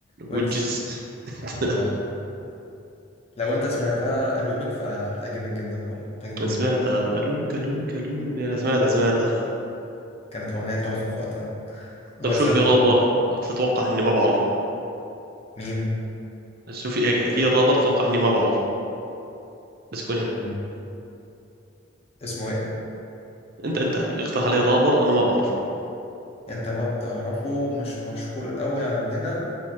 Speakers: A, on the left; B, on the right.
A: ويجز
B: وجز <laughs>
A: اه لو انت سمعتها ألومك فهتعجبك جدا برضه هتعجبك جدا
B: سمعتها الومك الومك الومك يا سمعتها سمعتها
A: كانت أغنية تحفة في وقتها وما
B: طب شوف
A: زالت
B: في رابر
A: والله
B: تتوقع اني ما بعرفه
A: ميم
B: شوفي هيك هي رابر اتوقع اني ما بعرفه بس يكون حلو
A: ميم اسمه ايه؟
B: انت انت اقترح علي رابر انا ما بعرفه
A: انت ما بتعرفه مش مشهور قوي عندنا